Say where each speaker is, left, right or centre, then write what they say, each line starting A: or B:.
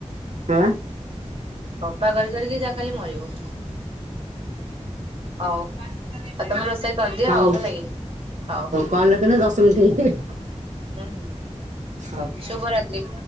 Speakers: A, on the right; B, on the right.
A: ବା
B: ସଫା କରି କରିକି ଯାହା ଖାଲି ମରିବୁ ହଉ। ଆଉ ତମେ ରୋଷେଇ କରିଦିଅ
A: ହଉ
B: ଆଉ ହେଲାଗି ହଉ।
A: କଲ୍ ରଖନ୍ତୁ ଦଶ ମିନିଟ୍ ହେଇଗଲାଣି
B: ହୁଁ ହୁଁ
A: ହଉ।
B: ଶୁଭ ରାତ୍ରି।